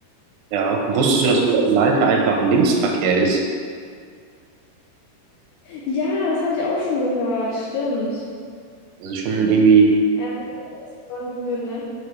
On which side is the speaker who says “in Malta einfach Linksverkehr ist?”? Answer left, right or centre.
Right